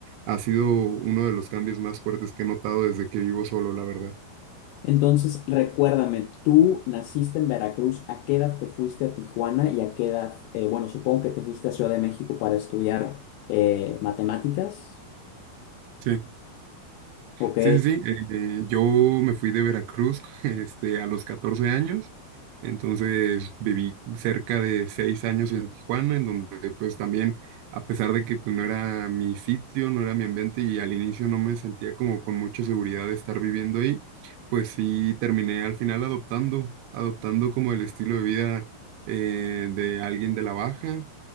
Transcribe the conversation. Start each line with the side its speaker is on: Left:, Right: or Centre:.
Right: ha sido uno de los cambios más fuertes que he notado desde que vivo solo, la verdad.
Left: Entonces, recuérdame, tú naciste en Veracruz, ¿a qué edad te fuiste a Tijuana y a qué edad, eh, bueno, supongo que te fuiste a Ciudad de México para estudiar eh, matemáticas?
Right: Sí,
Left: Ok,
Right: sí, sí, sí. eh, yo me fui de Veracruz, <laughs> este, a los 14 años, entonces viví cerca de 6 años en Tijuana, en donde pues también, a pesar de que pues no era mi sitio, no era mi ambiente y al inicio no me sentía como con mucha seguridad de estar viviendo ahí, pues sí terminé al final adoptando, adoptando como el estilo de vida eh, de alguien de la baja